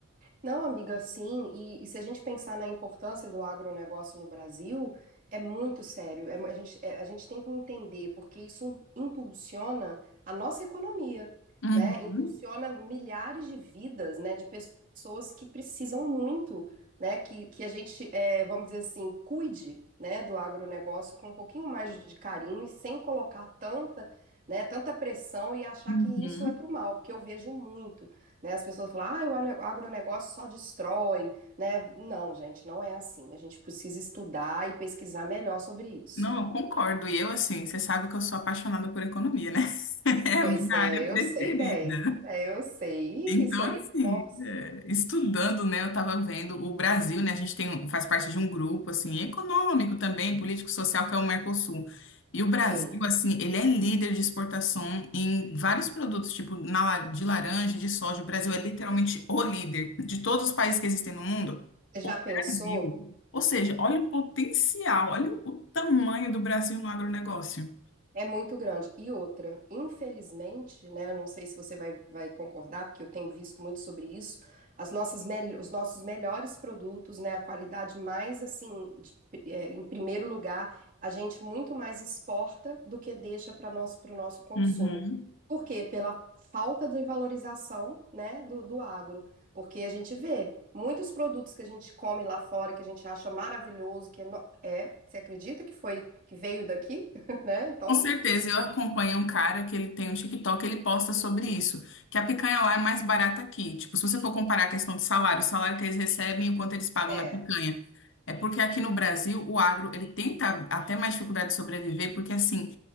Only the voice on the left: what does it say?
Uhum.
Uhum.
Não, eu concordo. E eu, assim, você sabe que eu sou apaixonada por economia, né? <laughs> É
a minha
área preferida.
Então,
assim,
é, estudando, né, eu estava vendo o Brasil, né, a gente tem, um, faz parte de um grupo, assim, econômico também, político, social, que é o Mercosul. E o Brasil,
assim, ele é líder de exportação em vários produtos, tipo na, la- de laranja, de soja. O Brasil é literalmente o líder de todos os países que existem no mundo.
Brasil. Ou seja, olha o potencial, olha o tamanho do Brasil no agronegócio.
Uhum.
Com certeza, eu acompanho um cara que ele tem um TikTok, ele posta sobre isso, que a picanha lá é mais barata aqui. Tipo, se você for comparar a questão de salário, o salário que eles recebem e o quanto eles pagam
na picanha. É porque aqui no Brasil, o agro, ele tenta até mais dificuldade de sobreviver, porque assim,